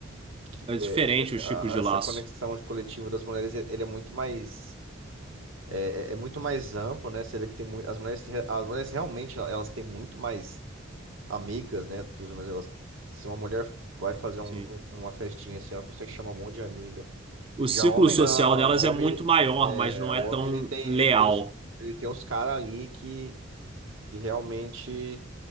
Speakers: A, on the right; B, on the right.
A: que
B: é
A: é,
B: diferente
A: é,
B: os
A: a-
B: tipos de
A: essa
B: laço.
A: conexão de coletivo das mulheres, e- ele é muito mais é, é- é muito mais amplo, né? Você vê que tem mui- as mulheres se re- as mulheres realmente elas têm muito mais amigas, né? Do que os homens. Elas se uma mulher vai fazer um-
B: Sim.
A: um- uma festinha assim, ela consegue chamar um monte de amiga.
B: O
A: Já
B: ciclo
A: homem
B: social
A: não,
B: delas
A: o homem
B: é muito
A: ele-
B: maior,
A: é,
B: mas não
A: o
B: é
A: homem
B: tão
A: ele tem
B: leal.
A: ele tem os ele tem os caras ali que que realmente